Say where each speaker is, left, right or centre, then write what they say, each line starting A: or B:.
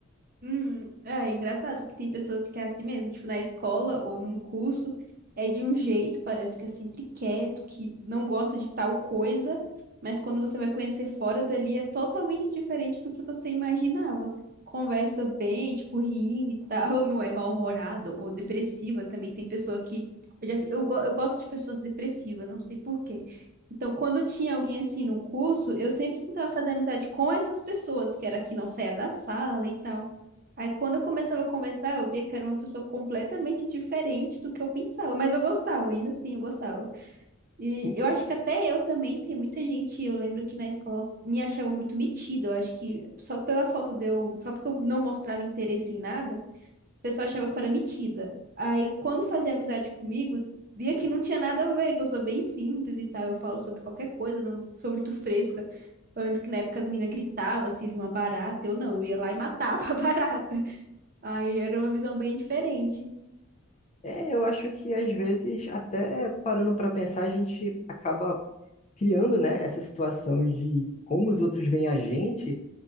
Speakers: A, on the right; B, on the left.
A: Hum, é engraçado que tem pessoas que é assim mesmo, tipo na escola ou num curso, é de um jeito, parece que é sempre quieto, que não gosta de tal coisa, mas quando você vai conhecer fora dali é totalmente diferente do que você imaginava. Conversa bem, tipo, ri e tal, <laughs> não é mal-humorado ou depressiva também. Tem pessoa que. Eu, já, fi- eu, go- eu gosto de pessoas depressivas, não sei por quê. Então, quando tinha alguém assim no curso, eu sempre tentava fazer amizade com essas pessoas, que era que não saía da sala e tal. Aí quando eu começava a conversar, eu via que era uma pessoa completamente diferente do que eu pensava, mas eu gostava, ainda assim, eu gostava. E
B: Ent-
A: eu acho que até eu também, tem muita gente, eu lembro que na escola me achava muito metida, eu acho que só pela foto de eu, só porque eu não mostrava interesse em nada, o pessoal achava que eu era metida. Aí quando fazia amizade comigo, via que não tinha nada a ver, que eu sou bem simples e tal, eu falo sobre qualquer coisa, não sou muito fresca. Eu lembro que na época as meninas gritavam se via uma barata, eu não, eu ia lá e matava <laughs> a barata. Aí era uma visão bem diferente.
B: É, eu acho que às vezes, até parando para pensar, a gente acaba criando, né, essa situação de como os outros veem a gente.